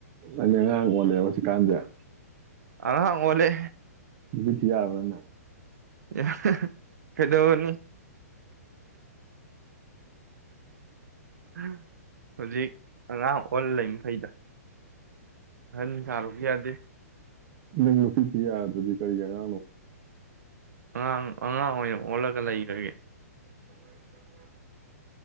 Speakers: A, on the right; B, on the right.
A: ꯑ ꯉ ꯋꯥꯣꯂ ꯄ ꯀꯥꯥꯟꯗꯌꯥ
B: ꯑ ꯑꯣꯂꯦ
A: ꯊ ꯌꯥꯔꯕꯔꯅ
B: ꯌꯥ ꯐꯩꯗꯑꯣꯅꯤ ꯑ ꯍꯧꯖꯤꯛ ꯑꯉꯥꯡ ꯑꯣꯟ ꯂꯩ ꯃꯈꯩꯗ ꯍꯟ ꯁꯥꯔꯨ ꯌꯥꯗꯦ
A: ꯃ ꯄꯤꯊ ꯌꯥ ꯑꯗꯨꯗꯤ ꯀꯔꯤ ꯒꯅ
B: ꯑꯉꯥꯡ ꯑꯉꯥꯡ ꯑꯣꯏꯅ ꯑꯣꯜꯂꯒ ꯂꯩꯈ꯭ꯔꯒꯦ
A: ꯎ ꯎ